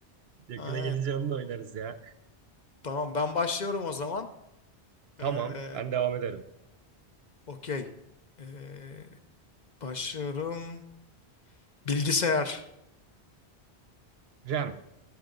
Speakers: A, on the right; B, on the left.
A: yakına
B: Aynen.
A: gelince onu da oynarız ya.
B: Tamam ben başlıyorum o zaman.
A: Tamam.
B: Ee,
A: Ben devam ederim.
B: okey. Ee, başlıyorum. Bilgisayar.
A: Rem.